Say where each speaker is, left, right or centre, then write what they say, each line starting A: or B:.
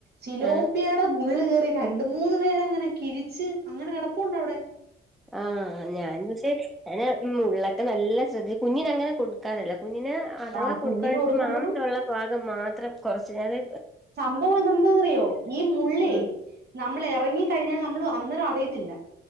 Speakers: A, on the right; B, in the centre.
A: സിലോപ്യ
B: ആ
A: മുള്ള് കേറി രണ്ട് മൂന്ന് പേരങ്ങനെ കിഴിച്ച് അങ്ങനെ കെടപ്പുണ്ട് അവ്ടെ
B: ആഹ് ഞാൻ പക്ഷെ ഞാന് ഉം മുള്ളെക്കെ നല്ല ശ്രദ്ധിച്ച് കുഞ്ഞിന് അങ്ങനെ കൊടുക്കാറില്ല. കുഞ്ഞിന് അഥവാ
A: ആ
B: കൊടുക്കാണെങ്കി
A: കുഞ്ഞിന് കൊടുക്കുമ്പോഴും
B: മാംസള്ള ഭാഗം മാത്രം കൊർച്ച് ഞാന്
A: സംഭവം ഇതെന്താന്നറിയോ ഈ മുള്ളേ
B: ഉം
A: നമ്മള് എറങ്ങി കഴിഞ്ഞാ നമ്മള് അന്നേരം അറിയത്തില്ല